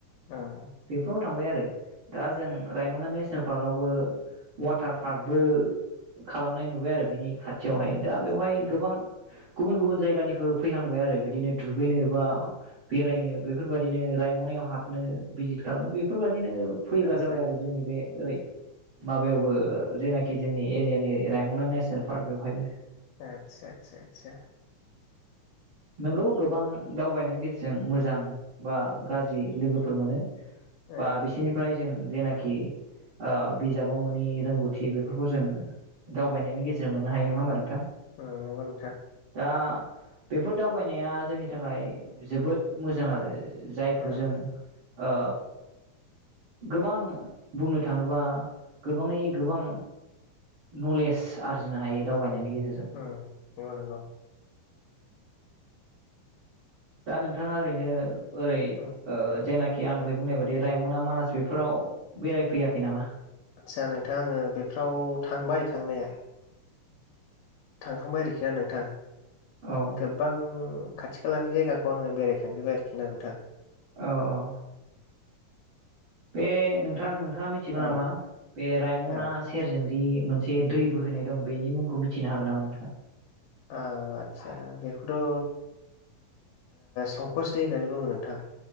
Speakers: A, on the left; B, on the right.
A: ओ
B: बेेफ्राव थांबाय आरो दा जों रायमना नेसनेल पार्क आवबो वाटार पार्कबो खालामनाय नुबाय आरो बिनि खाथ थियावहाय
A: आतसा
B: दा बेवहाय उ गुबुन गुबुन जायगानिबो फैहांबाय आरो बिदिनो दुगैनो बा बेरायनो बेफोरबायदिनो रायम'नायाव हाबनो भिजिट खालामो बेफोरबायदिनो फैग्रा
A: आतसा
B: जाबाय आरो जोंनि बे ओरै माबायावबो ओ जेनाखि जोंनि एरियानि रायमना नेसनेल पार्क बेवहायबो
A: आतसा आतसा आतसा
B: नंगौ गोबां दावबायनायनि गेजेरजों मोजां बा गाज्रि लोगोफोर मोनो ।
A: ओ
B: बा बिसोरनिफ्राय जों जेनाखि ओ बिजाबाव मोनि रोंगौथि बेफोरखौ जों दावबायनायनि गेजेरजों मोननो हायो नङा होमबा नोंथां?
A: औ नंगौ नोंथां।
B: आ बेफोर दावबायनाया जोंनि थाखाय जोबोद मोजां आरो जायखौ
A: औ
B: जों ओ गोबां बुंनो थाङोबा गोबाङै गोबां नलेज आरजिनो हायो दावबायनायनि गे जेरजों
A: उम नंगौ नंगौ
B: दा नोंथाङा ओरैनो ओरै ओ
A: उम
B: जेनाख खि आं दहाय बुंनाय बायदि रायमना मानास बेफोराव बेरायफैयाखै नामा?
A: आदसा नोंथां आङो बेफ्राव थांबाय थांनाया थांखांबाय आरोखि ना नोंथां ।
B: औ
A: गोबां खाथि खालानि जायगाखौ आङो बेरायखांजोब्बाय आरोखि ना नोंथां ।
B: औ औ बे नोंथां
A: आ-
B: नोंथाङा मिथिगौ
A: औ
B: नामा बे रायमना
A: औ
B: सेरजों दि मोनसे दै बो होनाय दं बेनि मुंखौ मिथिनो हागोन नामा नोंथाङा?
A: आ आतसा बेखौथ' ओ संकस दै होननानै बुङो नोंथां ।